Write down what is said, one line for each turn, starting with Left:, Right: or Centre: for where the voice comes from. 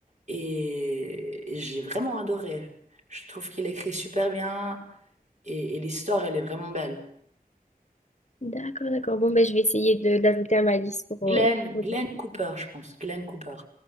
Right: et, et j'ai vraiment adoré. Je trouve qu'il écrit super bien et, et l'histoire, elle est vraiment belle.
Left: D'accord, d'accord. Bon, ben, je vais essayer de d'ajouter à ma liste pour,
Right: Glenn,
Left: euh, pour
Right: Glenn
Left: les
Right: Cooper, je pense. Glenn Cooper.